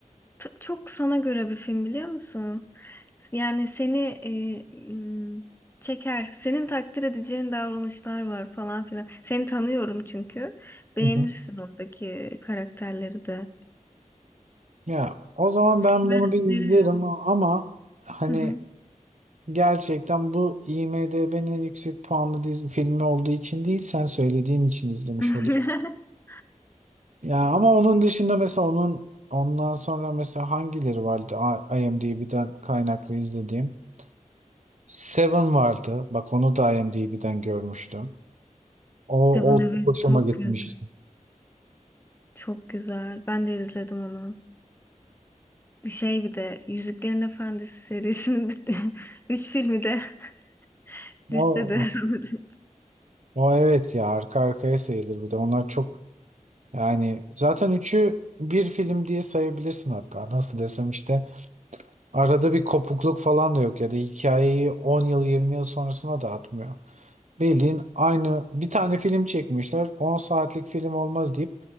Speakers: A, on the left (about 15°); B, on the right (about 60°).
A: T- çok sana göre bir film biliyor musun? Yani seni e, m, çeker. Senin takdir edeceğin davranışlar var falan filan. Seni tanıyorum çünkü. Beğenirsin
B: Hı hı.
A: oradaki karakterleri de.
B: Ya o zaman ben
A: Ben
B: bunu bir izlerim
A: öneririm.
B: ama hani
A: Hı hı.
B: gerçekten bu IMDb'nin en yüksek puanlı dizi filmi olduğu için değil sen söylediğin için izlemiş
A: <laughs>
B: Ya ama onun dışında mesela onun ondan sonra mesela hangileri vardı A- IMDb'den kaynaklı izlediğim? Seven vardı. Bak onu da IMDb'den görmüştüm. O,
A: Kitabın
B: o
A: evet
B: çok hoşuma
A: çok
B: gitmişti.
A: güzel. Çok güzel. Ben de izledim onu. Bir şey bir de Yüzüklerin Efendisi serisinin bütün <laughs> üç filmi de <laughs>
B: O,
A: listede sanırım.
B: o evet ya arka arkaya sayılır bir de. Onlar çok yani zaten üçü bir film diye sayabilirsin hatta. Nasıl desem işte arada bir kopukluk falan da yok ya da hikayeyi 10 yıl 20 yıl sonrasına da atmıyor. Bildiğin aynı bir tane film çekmişler. on saatlik film olmaz deyip